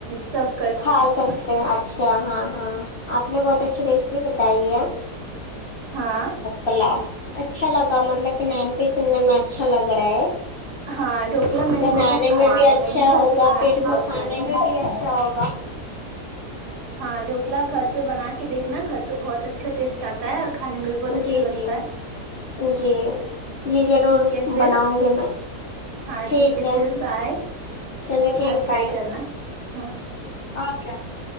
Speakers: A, on the right; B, on the left.
A: سب
B: کھا سکتے ہیں اچھ اچھا ہاں ہاں آپ نے بہت اچھی ریسیپی بتائی ہے
A: ہاں
B: کلا اچھا لگا مطلب کہ نام بھی سننے میں اچھا لگ رہا ہے
A: ہاں ڈھوکلا میں
B: بنانے
A: نے بہت کھایا
B: میں بھی
A: ہے
B: اچھا
A: نے گھر
B: ہوگا
A: پہ بنا
B: پھر
A: کے
B: تو
A: بہت
B: کھانے
A: کھایا ہے
B: میں بھی اچھا ہوگا
A: ہاں ڈھوکلا گھر پہ بنا کے دیکھنا گھر پہ بہت اچھا ٹیسٹ آتا ہے اورکھانے میں بھی بہت اچھا
B: جی
A: لگتا
B: جی
A: ہے
B: جی جی ضرور
A: ٹھیک ہے پھر
B: بناؤگی میں
A: ہاں
B: ٹھیک ہے
A: پھر بائے
B: چلو ٹھیک
A: آپ ٹرائی
B: بائے
A: کرنا ہاں
B: اوکے اوکے